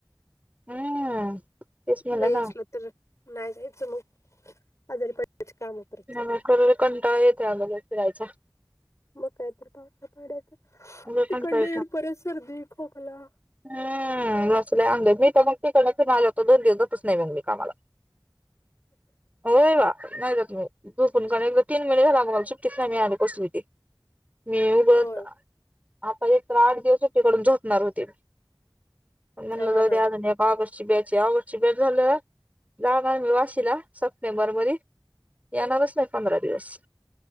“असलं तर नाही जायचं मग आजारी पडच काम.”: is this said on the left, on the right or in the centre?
Left